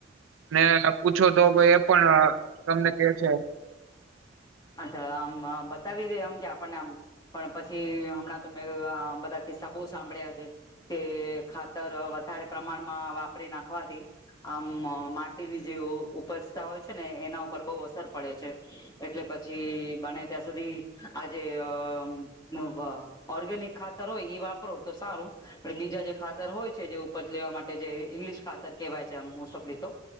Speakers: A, on the right (about 85°); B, on the left (about 20°).
A: ને પૂછો તો એ પણ તમને કે છે
B: અચ્છા આમ બતાવી દે આમ કે આપણને આમ પણ પછી હમણાં તો મે આ બધા કે સબો સાંભળ્યા છે કે ખાતર વધારે પ્રમાણમાં વાપરી નાખવાથી આમ માટીની જે ઉપજતા હોય છે ને એના ઉપર બહુ અસર પડે છે. એટલે પછી બને ત્યાં સુધી આજે <unintelligible> ઓર્ગેનિક ખાતર હોય એ વાપરો તો સારું. પણ બીજા જે ખાતર હોય છે જે ઉપજ લેવા માટે જે ઈંગ્લશ ખાતર કેહેવાય છે આમ મોસ્ટ ઓફલી તો